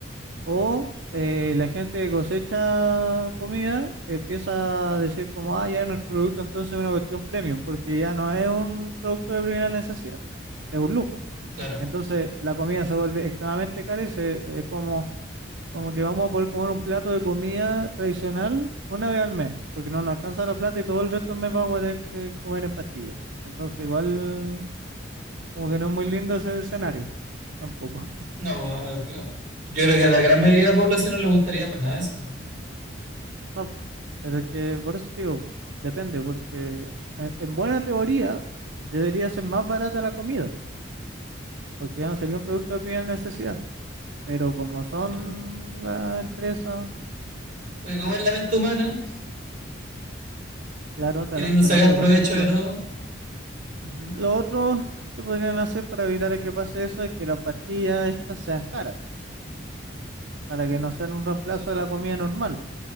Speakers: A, on the right; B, on the right.
A: o eh, la gente que cosecha comida empieza a decir como, ah, ya es nuestro producto, entonces es una cuestión premium, porque ya no es un producto de primera necesidad, es un lujo.
B: claro.
A: Entonces la comida se vuelve extremadamente cara y se, es como, como que vamos a poder comer un plato de comida tradicional una vez al mes, porque no nos alcanza la plata y todo el resto del mes vamos a tener que comer en pastillas. Entonces igual como que no es muy lindo ese escenario tampoco. <laughs>
B: No, po, a- a- yo creo que a la gran mayoría de la población no le gustaría para nada eso.
A: No, pero es que por eso te digo, depende, porque en, en buena teoría debería ser más barata la comida, porque ya no sería un producto de primera necesidad. Pero como son
B: Claro.
A: las empresas,
B: Porque comer la mente humana,
A: claro, tra-
B: queriendo
A: tratando
B: sacar
A: de
B: provecho
A: sacar profit.
B: de todo. Ujú.
A: Lo otro que podrían hacer para evitar que pase eso es que las pastillas estas sean caras, para que no sean un reemplazo de la comida normal,